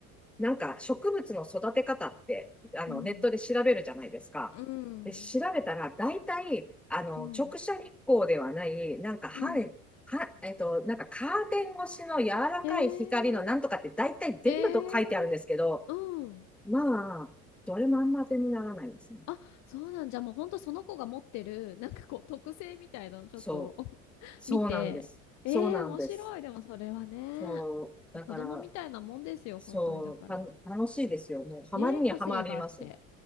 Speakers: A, in the centre; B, on the left.
A: なんか植物の育て方って、あの、
B: うん。
A: ネットで調べるじゃないですか。
B: うん、
A: で、調べたら、大体、あの、
B: うん、
A: 直射日光ではない、なんか半、
B: うん。
A: は、えっと、なんかカーテン越しの柔らかい光のなんとかって大体全部と書いてあるんですけど、
B: ええええうん。
A: まあ、どれもあんま当てにならないですね。
B: あ、そうなんじゃ、もうほんとその子が持ってる、なんかこう、特性みたいなのちょっと
A: そう。
B: <laughs>
A: そうなんです。
B: 見て、ええ面白い。
A: そうなんです。
B: でもそれはね、
A: そう。だから、
B: 子供みたいなもんですよ、
A: そう、
B: 本当に。だから。
A: た楽しいですよ。もう、ハマりにはまりますね。
B: ねえ、個性があって。